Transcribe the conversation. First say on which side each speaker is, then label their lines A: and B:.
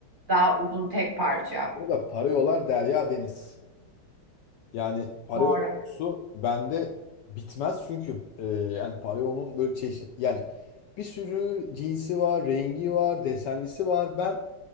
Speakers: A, on the right; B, on the left.
A: Daha uzun tek parça.
B: Burada para yolar derya deniz. Yani para
A: Doğru.
B: yolcusu bende bitmez çünkü e, yani para yolunun böyle çeşit yani bir sürü cinsi var, rengi var, desenlisi var. Ben